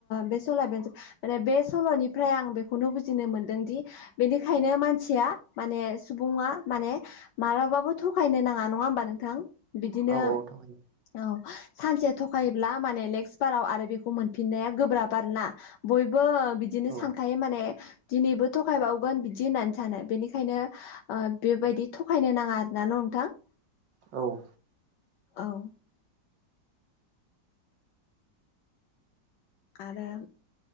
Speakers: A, on the left (about 75°); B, on the right (about 80°).
A: बे सलाय बे माने बे सल'निफ्राय आं बेखौनो बुजिनो मोनदोंदि बेनिखायनो मानसिया माने सुबुङा माने मालाबाबो थगायनो नाङा नङा होमबा नोंथां बिदिनो
B: औ औ थांबाय
A: औ सानसे थखायोब्ला माने नेक्स्ट बाराव आरो बेखौ मोनफिन्नाया गोब्राब आरो ना। बयबो बिदिनो
B: औ
A: सानखायो माने दिनैबो थखायबावगोन बिदि होननानै सानो बेनिखायनो ओ बेबायदि थगायनो नाङा आरोना न' नोंथां?
B: औ
A: औ आरो